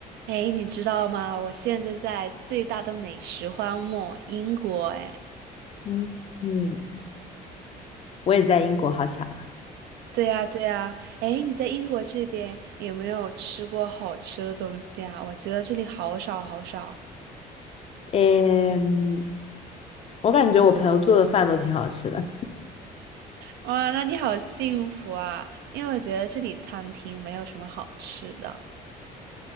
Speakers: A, on the right (about 80°); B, on the left (about 35°).
A: 哎，你知道吗？我现在在最大的美食荒漠英国。哎，
B: 嗯嗯，我也在英国，好巧。
A: 对呀，对呀。哎，你在英国这边有没有吃过好吃的东西啊？我觉得这里好少好少。
B: 嗯，我感觉我朋友做的饭都挺好吃的。
A: 哇，那你好幸福啊！因为我觉得这里餐厅没有什么好吃的。